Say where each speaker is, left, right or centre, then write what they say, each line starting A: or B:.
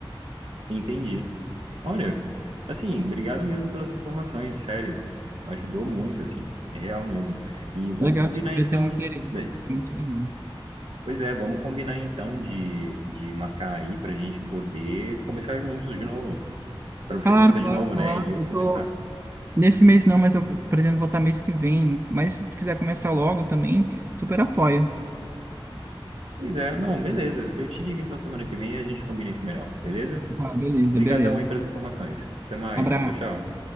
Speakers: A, on the right; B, on the right.
A: Entendi. Olha, assim, obrigado mesmo pelas informações, sério. Ajudou muito, assim, é real mesmo. E vamos
B: Legal,
A: combinar
B: você vai
A: então.
B: ter um interesse.
A: né?
B: Muito legal.
A: Pois é, vamos combinar então de, de marcar aí pra gente poder começar juntos de novo. Pra você
B: Claro,
A: começar
B: claro,
A: de novo,
B: claro.
A: né? E eu
B: Eu
A: começar.
B: tô nesse mês não, mas eu pretendo voltar mês que vem. Mas se tu quiser começar logo também, super apoia.
A: Pois é, não, beleza. Eu te ligo então semana que vem e a gente combina isso melhor, beleza?
B: Tá, beleza,
A: Obrigadão
B: beleza.
A: aí pelas informações. Até mais.
B: Abraço.
A: Tchau, tchau.